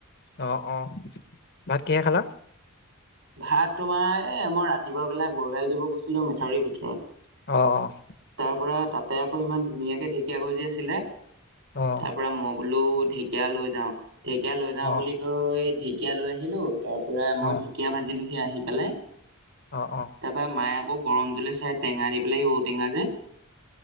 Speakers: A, on the left; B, on the right.
A: অহ অহ ভাত কিহে খালা?
B: ভাত তোমাৰ এ মই ৰাতিপুৱা বেলাই গৰুহাল দিব গৈছিলো মেথাউৰিৰ ভিতৰত
A: অহ অহ
B: তাৰপৰা তাতে আকৌ ইমান ধুনীয়াকে ঢেকীয়া গজি আছিলে
A: অহ
B: তাৰ পৰা মই বোলো ঢেকীয়া লৈ যাও ঢেকীয়া লৈ যাও
A: অ অ
B: বুলি কৈ ঢেকিয়া লৈ আহিলো তাৰ পৰা মই
A: অ
B: ঢেকীয়া ভাজিলোহি আহি পেলাই।
A: অঁহ অঁহ।
B: তাৰপৰা মায়ে আকৌ গৰম জুলি চাই টেঙা দি পেলাই ঔটেঙা যে